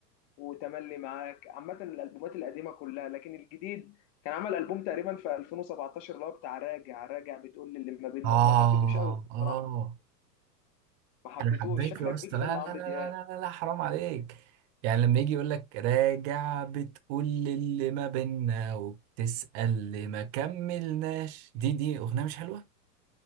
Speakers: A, on the left; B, on the right.
A: وتملي معاك عامة الألبومات القديمة كلها لكن الجديد كان عمل ألبوم تقريبا في 2017 اللي هو بتاع راجع راجع بتقول للي ما بيننا
B: آه
A: ما حبيتوش قوي بصراحة
B: آه
A: ما حبيتوش
B: أنا حبيته
A: شكلك
B: يا اسطى
A: بيك
B: لا
A: فان لعمرو
B: لا لا لا
A: دياب
B: لا, لا حرام عليك يعني لما يجي يقول لك راجع بتقول اللي ما بينا وبتسأل اللي ما كملناش دي دي أغنية مش حلوة؟